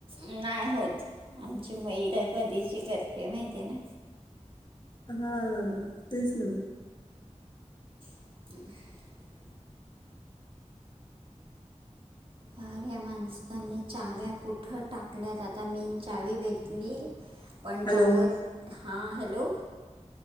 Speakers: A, on the right; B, on the left.
A: नाही होत आमची मै तर कधीच करते माहितीे ना,
B: हा तेच ना,
A: <unintelligible> ह या माणसाने चाव्या कुठं टाकल्यात आता मेन चावी भेटली, पण
B: हॅलो
A: ्रॉवर हां हॅलो,